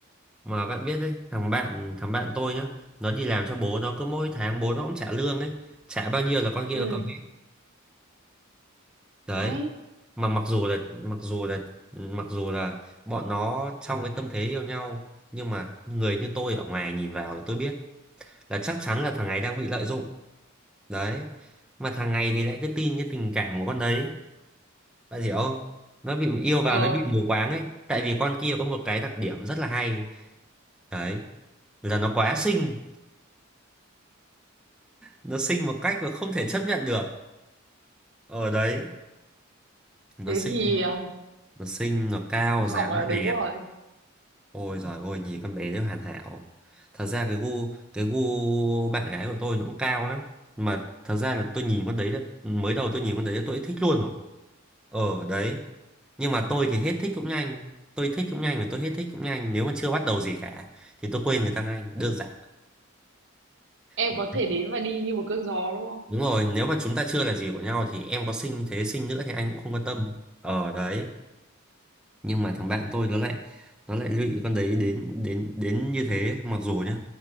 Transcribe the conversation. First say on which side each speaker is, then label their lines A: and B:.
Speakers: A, in the centre; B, on the right.
A: mà bạn biết đấy thằng bạn thằng bạn tôi nhá nó đi làm cho bố nó cứ mỗi tháng bố nó cũng trả lương ấy trả bao nhiêu là con kia
B: ừ
A: nó cầm hết đấy
B: hay
A: mà mặc dù là mặc dù là mặc dù là bọn nó trong cái tâm thế yêu nhau nhưng mà người như tôi ở ngoài nhìn vào là tôi biết là chắc chắn là thằng này đang bị lợi dụng đấy mà thằng này thì lại cứ tin cái tình cảm của con đấy bạn hiểu không nó bị yêu
B: ờ
A: vào nó bị mù quáng ấy tại vì con kia có một cái đặc điểm rất là hay đấy là nó quá xinh nó xinh một cách mà không thể chấp nhận được ở đấy nó
B: thế
A: xinh
B: thì ờ,
A: nó xinh nó cao
B: học
A: dáng
B: là
A: nó
B: đúng
A: đẹp
B: rồi
A: ôi giời ôi nhìn con bé đấy hoàn hảo thật ra cái gu cái gu bạn gái của tôi nó cũng cao lắm mà thật ra là tôi nhìn con đấy đã, mới đầu tôi nhìn con đấy đã tôi đã thích luôn rồi ở đấy nhưng mà tôi thì hết thích cũng nhanh tôi thích cũng nhanh và tôi hết thích cũng nhanh nếu mà chưa bắt đầu gì cả thì tôi quên người ta ngay đơn giản
B: em
A: Đấy.
B: có thể đến và đi như một cơn gió đúng không
A: đúng rồi nếu mà chúng ta chưa là gì của nhau thì em có xinh thế xinh nữa thì anh cũng không quan tâm ở đấy nhưng mà thằng bạn tôi nó lại nó lại lụy con đấy đến đến đến như thế mặc dù nhá